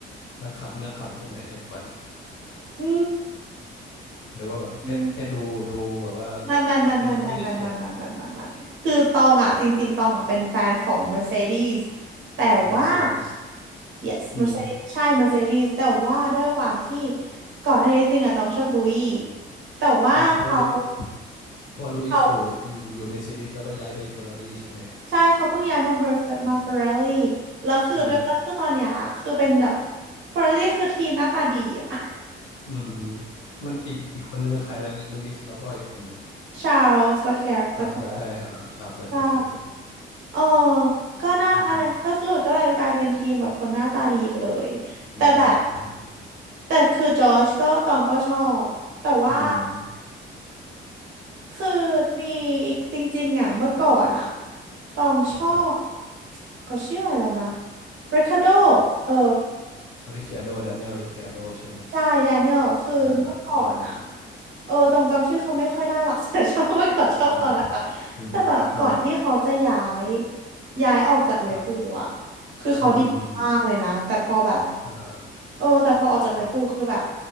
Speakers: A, on the left; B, on the right.
A: นักขับนักขับคนไหนเอฟวัน
B: อื
A: หรือว่าแบบแค่แค่ดูดูแบบว่า
B: มไม่ไม่ไม่ไม่ไม่ไม่ไม่ไม่ไม่ไม่ไม่คือตองอ่ะจริงๆตองอ่ะเป็นแฟนของ
A: ไม่ได้ไม่ได้เชียร์
B: Mercedes แต่ว่า
A: อ่าเมเซดิส
B: yes
A: อืม
B: Mercedes ใช่ Mercedes แต่ว่าด้วยความที่ก่อนหน้านี้จริงๆอ่ะตองชอบลุยแต่ว่าเขา
A: อืมเพราะว่าลุเพราะว่าลุยสอยู่อยู่อยู่เมเซดิสแล้วก็ย้ายไปเฟอร์รารี่ใช่ไหม
B: เขาใช่เขาเพิ่งย้ายมา Merce-
A: อ
B: มาเฟอร์ราี่แล้วคือด้วยแล้วคือตอนเนี้ยคือเป็นแบบ
A: ืม
B: เฟอร์ราี่คือทีมหน้าตาดีอ่ะ
A: อืมมันอีกอีกคนนึงคือใครนะลุยสแล้วก็อีกคนหนึ่ง
B: <laughs> ชาร์ลส์ l ล c ค r ร์ลาค
A: ชาร์ลส์เล
B: r
A: c
B: ร์
A: แคร์อ่าชาร์ลส์เล c
B: ใช่
A: แคร์เออ
B: เออก็น่าอันนั้นก็คือก็เลยกลายเป็นทีมแบบคนหน้าตาดีไปเลย
A: อืมอืมอืมอืมใช่
B: แต่แบบแต่คือจอร์จก็ตองก็ชอบ แต่ว่า
A: อืม
B: คือมีอีกจริงๆอ่ะเมื่อก่อนอ่ะตองชอบ
A: ครับ
B: เขาชื่ออะไรแล้วนะริคาร์โดเออ
A: ริค i าโดดานิเอลริค i าโดใช่ไหม
B: ใช่แดเนียลคือเมื่อก่อนอะ
A: อ่าอ่าโอเค
B: เออจงจำชื่อเขาไม่ค่อยได้หรอก <laughs> แต่ชอบเมื่อก่อนชอบเขานะคะ
A: อืมอืมอืมอืม
B: แต่แบบก่อนที่เขาจะย้ายย้ายออกจากเรดบู
A: ครับ
B: l อะคือเขาดีมากเลยนะแต่พอแบบ
A: อืมอืมอืมอ่า
B: เออแต่พอออกจากเรดบู
A: ครับ
B: l คือแบบ